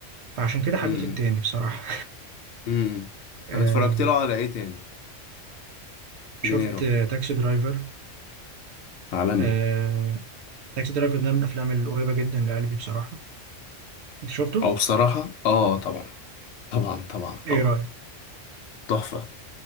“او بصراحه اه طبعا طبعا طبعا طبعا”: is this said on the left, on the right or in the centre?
Left